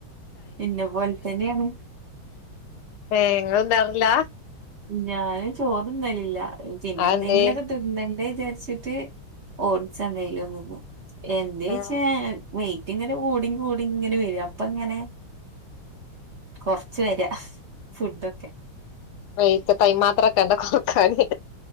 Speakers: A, on the right (about 45°); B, on the left (about 90°).
A: ഇന്നെപോൽതന്നെണ്.
B: ഏഹ് ങ്ങള്ന്നാറ്ല്ല
A: ഞാന് ചോറ് ന്നല് ല്ല പിന്നെന്തെങ്കിലൊക്ക
B: അതെന്തേ
A: ത്ത്ന്നണ്ടേ ചാര്ച്ചിട്ട് ഓട്സ ന്തേലും ത് ന്നും എന്തെയ്ച്ച
B: ആഹ്
A: വെയിറ്റ് ഇങ്ങനെ കൂടി കൂടി ങ്ങനെ വെര അപ്പ ങ്ങനെ കൊർച്ച് വെര ഫുഡൊക്കെ
B: വെറ്റ് പ്പയ്ന്മാത്രൊക്കണ്ടാ കൊറ്ക്കാന്